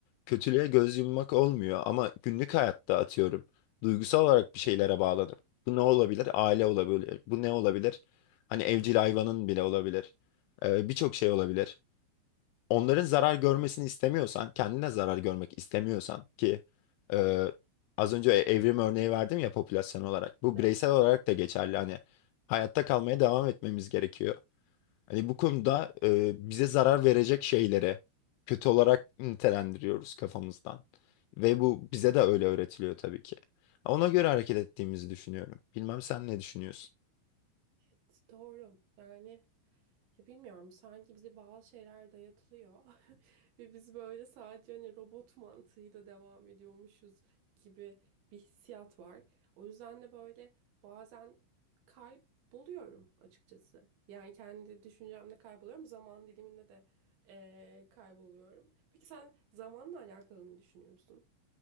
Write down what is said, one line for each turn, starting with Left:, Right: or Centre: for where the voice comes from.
Left: kötülüğe göz yummak olmuyor ama günlük hayatta atıyorum duygusal olarak bir şeylere bağladım. Bu ne olabilir? Aile olabilir. Bu ne olabilir? Hani evcil hayvanın bile olabilir. Ee, birçok şey olabilir. Onların zarar görmesini istemiyorsan, kendine zarar görmek istemiyorsan ki e, az önce e, evrim örneği verdim ya popülasyon olarak. Bu
Right: Evet,
Left: bireysel olarak da geçerli. Hani hayatta kalmaya devam etmemiz gerekiyor. Hani bu konuda e, bize zarar verecek şeylere kötü olarak nitelendiriyoruz kafamızdan. Ve bu bize de öyle öğretiliyor tabii ki. Ona göre hareket ettiğimizi düşünüyorum. Bilmem sen ne düşünüyorsun?
Right: evet, doğru. Yani ya bilmiyorum sanki bize bazı şeyler dayatılıyor <laughs> ve biz böyle sadece hani robot mantığıyla devam ediyormuşuz gibi bir hissiyat var. O yüzden de böyle bazen kayboluyorum açıkçası. Yani kendi düşüncemde kayboluyorum, zaman diliminde de eee, kayboluyorum. Peki sen zamanla alakalı ne düşünüyorsun?